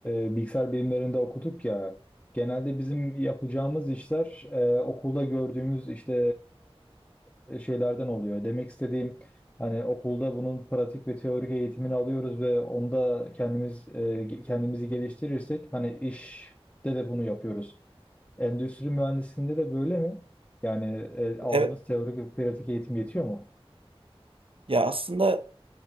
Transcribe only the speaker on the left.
e, bilgisayar bilimlerinde okuduk ya genelde bizim yapacağımız işler e, okulda gördüğümüz işte e, şeylerden oluyor. Demek istediğim hani okulda bunun pratik ve teorik eğitimini alıyoruz ve onda kendimiz e, kendimizi geliştirirsek hani işte de bunu yapıyoruz. Endüstri mühendisliğinde de böyle mi? Yani e, aldığınız
teorik ve pratik eğitim yetiyor mu?